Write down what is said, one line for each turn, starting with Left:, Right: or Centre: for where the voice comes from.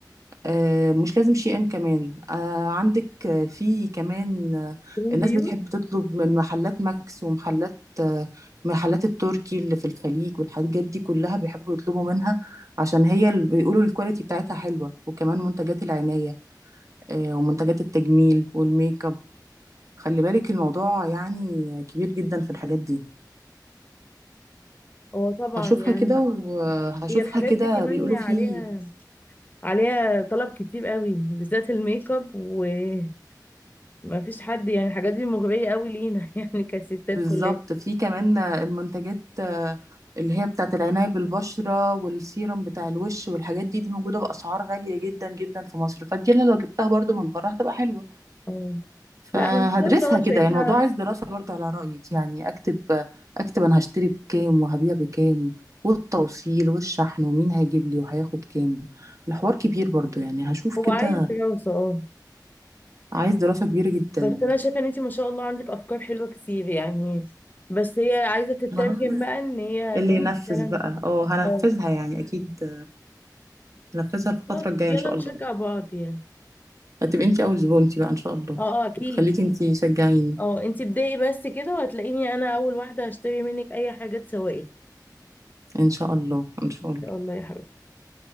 Right: آه، مش لازم شيئا كمان آه، عندك آه، في كمان آه،
Left: من
Right: الناس
Left: ديون
Right: بتحب تطلب من محلات ماكس ومحلات آه، محلات التركي اللي في الخليج والحاجات دي كلها بيحبوا يطلبوا منها عشان هي اللي بيقولوا الكواليتي بتاعتها حلوة وكمان منتجات العناية آه، ومنتجات التجميل والميك اب خلي بالك الموضوع يعني كبير جدا في الحاجات دي
Left: هو طبعا
Right: هشوفها
Left: يعني
Right: كده <laughs> وهشوفها
Left: هي الحاجات
Right: كده
Left: دي كمان
Right: بيقولوا
Left: عليها
Right: في
Left: عليها طلب كتير قوي بالذات الميك اب وما فيش حد يعني الحاجات دي مغرية قوي لينا <laughs> يعني كستات
Right: بالظبط
Left: كلنا
Right: في كمان المنتجات آه، اللي هي بتاعت العناية بالبشرة والسيرم بتاع الوش والحاجات دي دي موجودة بأسعار غالية جدا جدا في مصر فدي أنا لو جبتها برضو من بره هتبقى حلوة
Left: آه.
Right: فهدرسها
Left: لا أنا إن شاء الله
Right: كده
Left: شايفاها
Right: يعني الموضوع عايز دراسة برضو على رأيك يعني أكتب أكتب أنا هشتري بكام وهبيع بكام والتوصيل والشحن ومين هيجيب لي وهياخد كام الحوار كبير برضو يعني هشوف
Left: هو
Right: كده
Left: عايز دراسة اه
Right: عايز دراسة كبيرة جدا
Left: بس انا شايفة ان انتي ما شاء الله عندك افكار حلوة كتير يعني بس هي عايزة تترجم
Right: ما هو
Left: بقى ان هي
Right: اللي
Left: نعمل
Right: ينفذ
Left: فعلا
Right: بقى اه هنفذها
Left: اه
Right: يعني أكيد ننفذها الفترة
Left: خلاص
Right: الجاية
Left: يلا
Right: إن شاء
Left: نشجع
Right: الله
Left: بعض يعني
Right: هتبقي أنتي أول زبونتي بقى إن شاء الله
Left: اه اه اكيد
Right: خليكي أنتي شجعيني
Left: اه انتي ابدأي بس كده وهتلاقيني انا اول واحدة هشتري منك اي حاجة تسوقي ان
Right: إن شاء الله إن شاء الله
Left: شاء الله يا حبيبتي